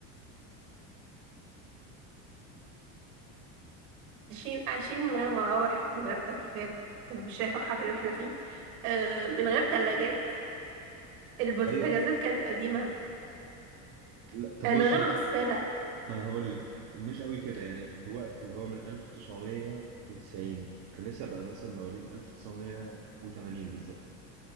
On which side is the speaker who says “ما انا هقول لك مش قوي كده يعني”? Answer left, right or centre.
Right